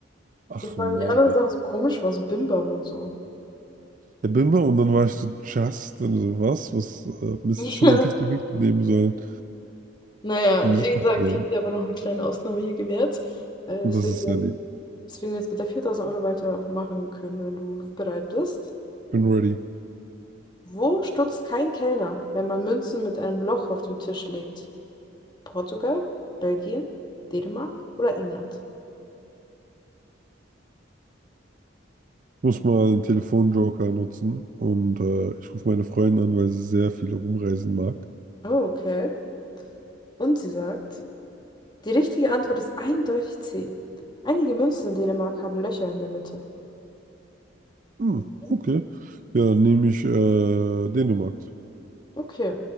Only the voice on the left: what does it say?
Ja, vor
allem, weil die anderen
Sachen so komisch waren, so Bimbam und so.
Ja.
Naja,
wie
gesagt,
ich habe dir aber noch eine kleine Ausnahme hier gewährt. Äh,
deswegen,
deswegen jetzt mit der 4000 Euro weitermachen können, wenn du bereit bist.
Wo stutzt kein Kellner, wenn man Münzen mit einem Loch auf den Tisch legt? Portugal, Belgien, Dänemark oder England?
Oh, okay. Und sie sagt, die richtige Antwort ist eindeutig C. Einige Münzen in Dänemark haben Löcher in der Mitte.
Mhm.
Okay.